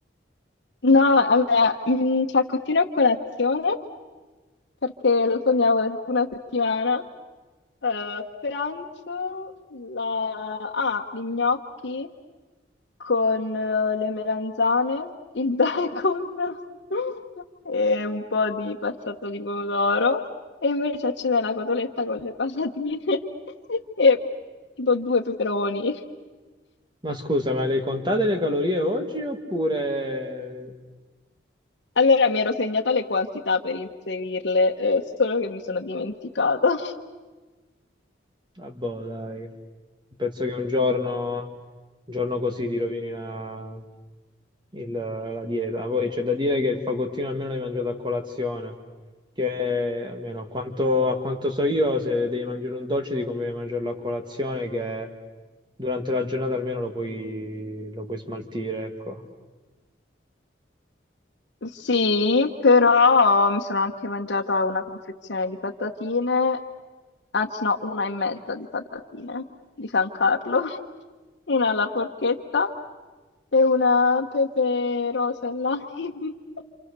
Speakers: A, on the left (about 70°); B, on the right (about 25°).
A: No, allora, un saccottino a colazione, perché lo sognavo da tipo una settimana. Eh, pranzo la... ah, gli gnocchi con eh, le melanzane, il bacon <laughs> e un po' di passato di pomodoro. E invece a cena la cotoletta con le patatine <laughs> e tipo due peperoni.
B: Ma scusa, ma le hai contate le calorie oggi oppure
A: Allora mi ero segnata le quantità per inserirle, eh, solo che mi sono dimenticata.
B: Ah, boh, dai. Penso che un giorno, un giorno così ti rovini la, il- la dieta. Poi c'è da dire che il fagottino almeno l'hai mangiato a colazione, che almeno a quanto, a quanto so io, se devi mangiare un dolce ti conviene mangiarlo a colazione, che durante la giornata almeno lo puoi, lo puoi smaltire, ecco.
A: Sì, però mi sono anche mangiata una confezione di patatine, anzi no, una e mezza di patatine di San Carlo, <laughs> una alla porchetta e una pepe rosa e lime. <laughs>